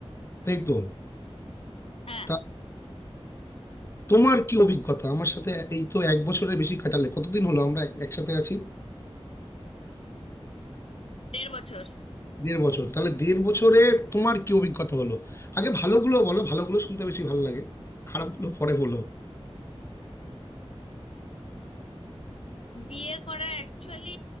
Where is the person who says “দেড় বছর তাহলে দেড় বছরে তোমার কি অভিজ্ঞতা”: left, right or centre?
Left